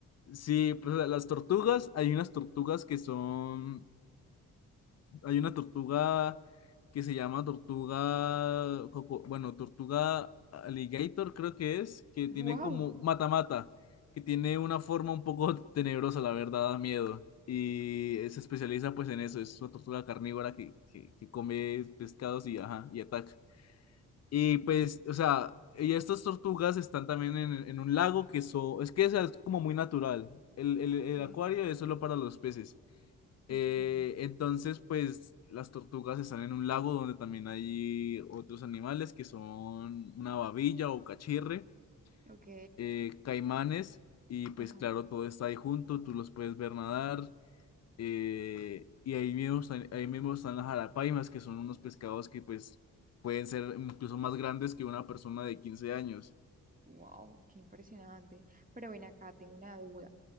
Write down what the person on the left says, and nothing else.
Sí, pues la- las tortugas, hay unas tortugas que son hay una tortuga que se llama tortuga, coco- bueno, tortuga alligator creo que es, que
tiene
como mata-mata, que tiene una forma un poco <laughs> tenebrosa, la verdad, da miedo. Y eh, se especializa pues en eso, es una tortuga carnívora que, que, que come pescados y, ajá, y ataca. Y pues, o sea, y estas tortugas están también en, en un lago que so- es que o sea, es como muy natural. El, el,
el acuario es solo para los peces.
Eh, entonces, pues las tortugas están en un lago donde también hay otros animales que son una babilla o cachirre,
eh, caimanes, y pues
claro, todo está ahí junto, tú los puedes ver nadar, eh, y ahí mismo, están, ahí mismo están las jarapaimas, que son unos pescados que pues pueden ser incluso más grandes que una persona de 15 años.